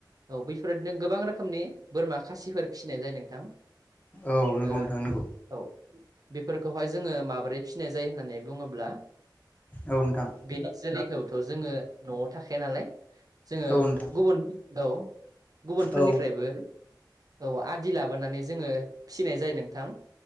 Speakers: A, on the right (about 50°); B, on the left (about 20°).
A: औ बैफोर बादिनो गोबां रोखोमनि बोरमा खासिफोर फिसिनाय जायो नोंथां
B: औ नंगौ
A: ओ
B: नोंथां नंगौ
A: औ बेफोरखौहाय जोङो माबोरै फिसिनाय जायो होननानै बुङोब्ला
B: औ नोंथां
A: बेनि जोलैखौथ' जोङो न'आव थाखाया नालाय जोङो
B: औ नोंथां
A: गुबुन औ गुबुनफोरनिफ्रायबो
B: औ
A: औ आदि लाबोनानै जोङो फिनाय जायो नोंथां